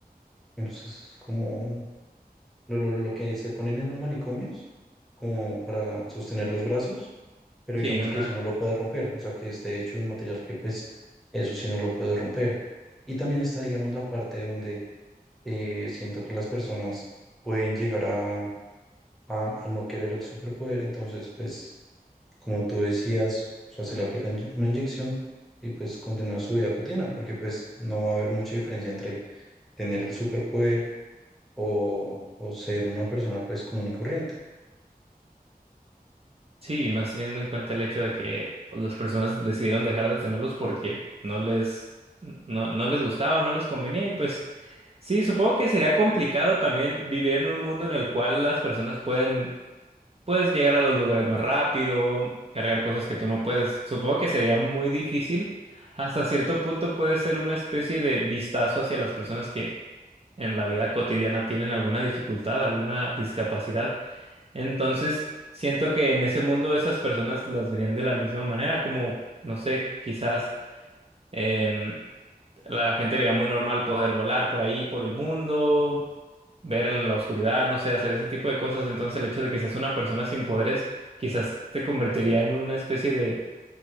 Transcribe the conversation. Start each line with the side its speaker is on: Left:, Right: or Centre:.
Centre: entonces es como lo, lo, lo que se ponen en los manicomios, como para sostener los brazos, pero
Right: Sí,
Centre: digamos
Right: una
Centre: que eso no lo puede romper, o sea, que esté hecho de un material que pues eso sí no lo puede romper. Y también está, digamos, la parte donde eh, siento que las personas pueden llegar a, a, a no querer el superpoder, entonces pues como tú decías, o sea, se le aplica inye- una inyección y pues continúa su vida cotidiana, porque pues no va a haber mucha diferencia entre tener el superpoder o, o ser una persona pues común y corriente.
Right: Sí, y más teniendo en cuenta el hecho de que pues, las personas decidieron dejar de tenerlos porque no les, no, no les gustaba, no les convenía y pues sí, supongo que sería complicado también vivir en un mundo en el cual las personas pueden Puedes llegar a los lugares más rápido, cargar cosas que tú no puedes. Supongo que sería muy difícil. Hasta cierto punto puede ser una especie de vistazo hacia las personas que en la vida cotidiana tienen alguna dificultad, alguna discapacidad. Entonces, siento que en ese mundo esas personas las verían de la misma manera, como, no sé, quizás... em, la, la gente vería muy normal poder volar por ahí, por el mundo, ver en la oscuridad, no sé, hacer ese tipo de cosas. Entonces el hecho de que seas una persona sin poderes quizás te convertiría en una especie de